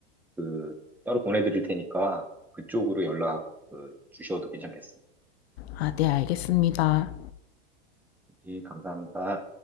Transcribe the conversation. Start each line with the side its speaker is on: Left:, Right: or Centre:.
Centre: 그 따로 보내드릴 테니까 그쪽으로 연락 그 주셔도 괜찮겠습니다.
Left: 아, 네, 알겠습니다.
Centre: 예, 감사합니다.